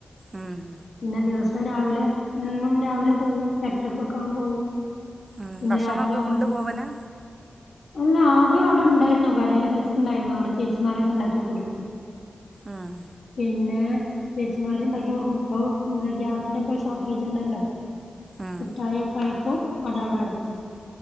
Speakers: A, on the right; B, on the left.
A: ഉം
B: പിന്നെ ദിവസം രാവിലെ എന്നും രാവിലെ പോവും എട്ടരക്കൊക്കെ ആവും പോവും
A: ഉം
B: പിന്നെ
A: ഭക്ഷണക്കെ
B: രാത്രി ആവുമ്പോ
A: കൊണ്ട് പോവലാ?
B: അല്ല ആദ്യം അവിടെ ഇണ്ടെയിരുന്നു കടയില് മിസ്സ് ഇണ്ടെയിരുന്നു അവടെ ചേച്ചിമാരൊക്കെ ഇണ്ടാക്കി കൊടുക്കും
A: ആഹ്
B: പിന്നെ ചെച്ചിമാരി ഇണ്ടാക്കി കൊടുക്കും ഇപ്പൊന്ത ഗ്യാസിന്റെ ഒക്കെ ഷോർട്ടേജ് ഇണ്ടല്ലോ
A: ഉം
B: കിട്ടായിക്കെ ആയപ്പോ അതവിടെ അടച്ച്